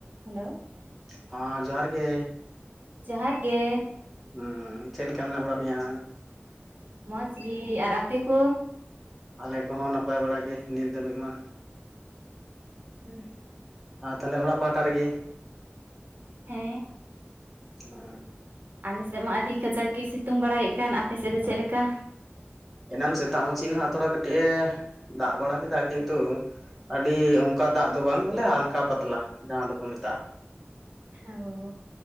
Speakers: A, on the right; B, in the centre.
A: Hello
B: ᱦᱟ ᱡᱚᱦᱟᱨ ᱜᱮ
A: ᱡᱚᱦᱟᱨ ᱜᱮ
B: ᱦᱮᱸ ᱪᱮᱫ ᱞᱮᱠᱟ ᱢᱮᱱᱟᱜ ᱵᱟᱲᱟ ᱢᱮᱭᱟ᱾
A: ᱢᱚᱡᱽ ᱜᱮ ᱟᱨ ᱟᱯᱮ ᱠᱚ?
B: ᱟᱞᱮ ᱠᱚᱦᱚᱸ ᱱᱟᱯᱟᱭ ᱵᱟᱲᱟᱟᱜ ᱜᱮ ᱱᱤᱛ ᱫᱷᱟᱹᱵᱤᱡ ᱢᱟ᱾
A: ᱦᱮᱸ
B: ᱟᱨ ᱛᱟᱦᱚᱞᱮ ᱚᱲᱟᱜ ᱯᱟᱦᱟᱴᱟ ᱨᱮᱜᱮ
A: ᱦᱮᱸ
B: ᱦᱩ
A: ᱟᱞᱮᱥᱮᱫ ᱢᱟ ᱟᱹᱰᱤ ᱠᱟᱡᱟᱠ ᱜᱮ ᱥᱤᱛᱩᱝ ᱵᱟᱲᱟᱭᱮᱫ ᱠᱟᱱ ᱟᱯᱮ ᱥᱮᱫ ᱫᱚ ᱪᱮᱫ ᱞᱮᱠᱟ?
B: ᱮᱱᱟᱱ ᱥᱮᱛᱟᱜ ᱢᱟᱹᱪᱷᱤ ᱦᱟᱜ ᱛᱷᱚᱲᱟ ᱠᱟᱹᱴᱤᱡ ᱮ ᱫᱟᱜ ᱵᱟᱲᱟ ᱠᱮᱫᱟ ᱠᱤᱱᱛᱩ ᱟᱹᱰᱤ ᱚᱱᱠᱟ ᱫᱟᱜ ᱫᱚ ᱵᱟᱝ ᱵᱚᱞᱮ ᱟᱞᱠᱟ ᱯᱟᱛᱞᱟ ᱡᱟᱦᱟᱸ ᱫᱚᱠᱚ ᱢᱮᱛᱟᱜᱼᱟ᱾
A: ᱚ